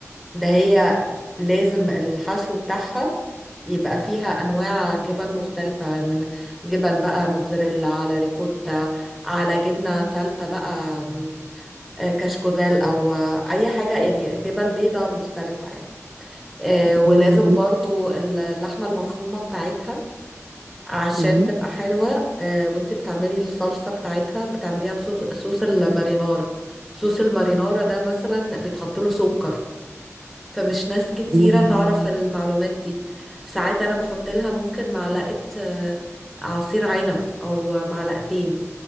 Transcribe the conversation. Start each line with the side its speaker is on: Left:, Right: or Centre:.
Centre: ده هي لازم الحشو بتاعها يبقى فيها انواع جبن مختلفة من جبن بقى موتزاريلا على ريكوتا على جبنة تالتة بقى آم، آه، كشكوزيل او آه، اي حاجة يعني جبن بيضة مختلفة يعني آه، ولازم
Right: مم.
Centre: برضو اللحمة المفرومة بتاعتها عشان
Right: مم.
Centre: تبقى حلوة آه، وانتي بتعملي الصلصة بتاعتها بتعمليها بصوص صوص المارينارا صوص المارينارا ده مثلا بيتحط له سكر فمش ناس كتيرة
Right: مم.
Centre: تعرف المعلومات دي ساعات انا بحط لها ممكن معلقة آه، عصير عنب او معلقتين